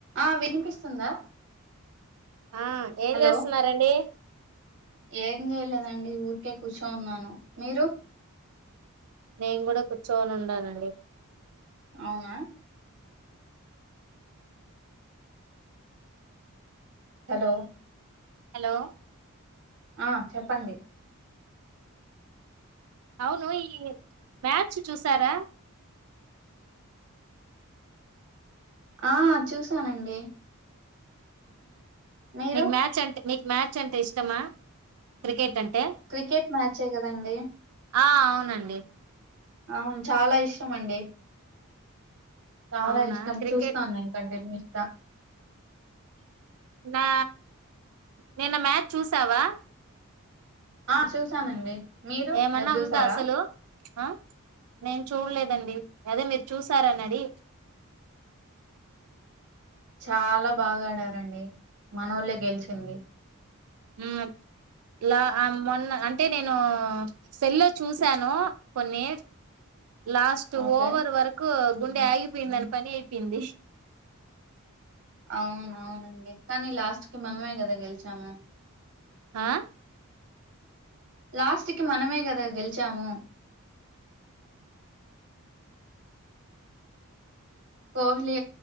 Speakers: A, on the right (about 55°); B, on the right (about 80°).
A: ఆ వినిపిస్తుందా
B: ఆ ఏం
A: హలో
B: చేస్తున్నారండి
A: ఏ దండి ఊరికే కూర్చోన్నాను మీరు
B: నేను కూడా కూర్చోని ఉంనండి
A: అవునా హలో
B: హలో
A: ఆ చెప్పండి
B: అవును ఈ మ్యాచ్ చూసారా
A: ఆ చూసానండి మీరు
B: మీకు మ్యాచ్ అంటే మీకు మ్యాచ్ అంటే ఇష్టమా క్రికెట్ అంటే
A: క్రికెట్ మ్యాచే కదండి
B: ఆ అవునండి
A: అవును చాలా ఇష్టం అండి చాలా
B: అవునా
A: ఇష్టం
B: క్రికెట్
A: చూస్తాను నేను కంటిన్యూస్గా
B: నా నేన్న మ్యాచ్ చూసావా
A: ఆ చూసానండి మీరు
B: ఏమన్నా
A: మీరు చూసారా
B: ఉందా అసలు ఆ నేను చూడలేదండి అదే మీరు చూసారన్నడి
A: చాలా బాగా ఆడారండి మన ఒళ్ళ గెలిచింది
B: హ లా మొన్న అంటే నేను సెల్ చూసాను కొన్ని లాస్ట్
A: ఓకే
B: ఓవర్ వరకు గుండె ఆగిపోయిందిని పని అయిపోయింది
A: అవునవునండి కానీ లాస్ట్ కి మనమే కదా గెలిచాము
B: ఆ
A: లాస్ట్ కి మనమే గద గెలిచాము కోహ్లీ